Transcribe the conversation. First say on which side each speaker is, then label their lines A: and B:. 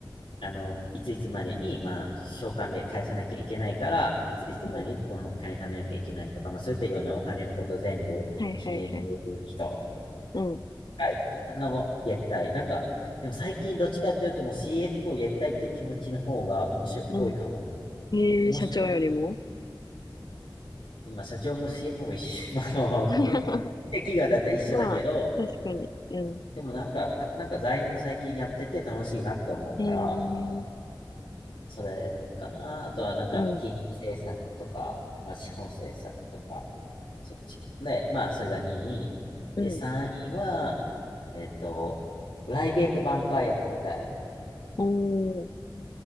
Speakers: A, on the left (about 85°); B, on the left (about 55°).
A: あの、いついつまでに、まあ、償還で返さなきゃいけないから、いついつまでにこのお金貯めなきゃいけないとか、
B: ん。
A: まあ、そういったようなお金のことを全部決める人。
B: はいはいはい。うん、
A: はい、あの、やりたい。なんか、でも最近どっちかっていうともう CF をやりたいっていう気持ちの方が面白い多いかも。
B: うん。えー、
A: 面白い。
B: 社長よりも
A: 今、社長も CF も一緒。<laughs> まあまあ、
B: <laughs>
A: で企業だったら一緒だけど、
B: まあ、確かに。うん。
A: でもなんか、たなんか財務最近やってて楽しいなって思うから、
B: えー
A: それかな。あとはなんか、
B: うん。
A: 金融政策とか、まあ、資本政策とか、そっち系。で、まあ、それが2位。
B: うん。
A: で、3位は、えっと、プライベートバンカーやってみたい。
B: おー。